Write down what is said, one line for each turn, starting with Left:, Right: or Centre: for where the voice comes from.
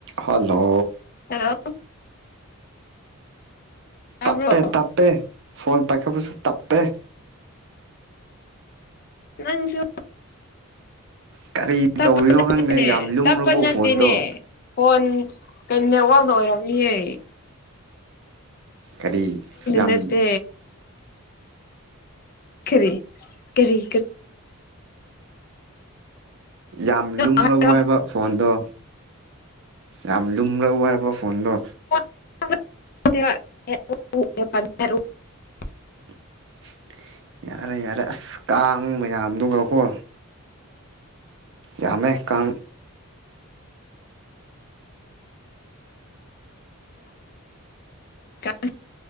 Right: hello
Left: hello ꯇꯥꯕ꯭ꯔꯣ
Right: ꯇꯄꯦ ꯇꯄꯦ ꯐꯣꯟ ꯄꯥꯏꯈ ꯄꯁꯨ ꯇꯞꯦ
Left: ꯅꯪꯁꯨ
Right: ꯀꯔꯤ
Left: ꯇꯄꯅꯠꯇꯦꯅꯦ
Right: ꯇꯧꯔꯤꯅꯣ ꯈꯪꯗꯦ ꯌꯥꯝ ꯂꯨꯝꯔꯕꯣ
Left: ꯇꯞꯅꯟꯠꯇꯦꯅꯦ
Right: ꯐꯣꯟꯗꯣ
Left: ꯐꯣꯟ ꯀ ꯅꯦꯠꯋꯥꯛꯗ ꯑꯣꯏꯔꯝꯃꯤꯌꯦ
Right: ꯀꯔꯤ ꯌꯥꯝ
Left: ꯅꯠꯇꯦ ꯈꯔꯤꯔꯤꯔꯤꯔꯤ
Right: ꯌꯥꯝ ꯂꯨꯝꯕ
Left: ꯍꯥꯏꯔꯣ
Right: ꯍꯥꯏꯕ ꯐꯣꯟꯗꯣ ꯌꯥꯝ ꯂꯨꯝ꯭ꯔꯕ ꯍꯥꯏꯕ ꯍꯗ
Left: ꯎ <unintelligible>
Right: <inaudible> ꯌꯥꯔꯦ ꯌꯥꯔꯦ ꯑꯁ ꯀꯥꯡ ꯃꯌꯥꯝꯗꯨꯒꯀꯣ ꯌꯥꯝꯃꯦꯀ
Left: ꯀ <unintelligible>